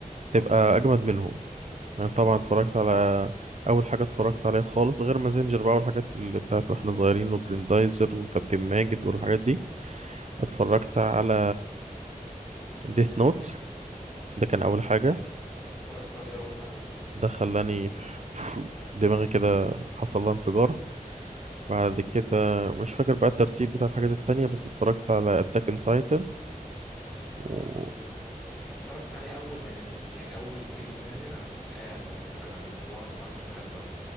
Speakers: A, on the right; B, in the centre.
A: تبقى اجمد منهم انا طبعا
B: مم.
A: اتفرجت على اول حاجه اتفرجت عليها خالص غير مازنجر بقى والحاجات اللي بتاعت واحنا صغيرين وجريندايزر وكابتن ماجد والحاجات
B: مم.
A: دي اتفرجت على ديث نوت ده كان اول حاجه
B: ايوه اتفرجت عليه اول حاجه برضه
A: ده خلاني <laughs> دماغي كده حصل لها انفجار بعد كده مش فاكر بقى الترتيب بتاع الحاجات التانية بس اتفرجت على أتاك اون تايتن
B: اتفرجت
A: وما
B: عليه اتفرجت عليه أول ما نزل يعني أول سيزون نزل أنا كنت قاعد وبتفرج عليه وان بانش مان برضه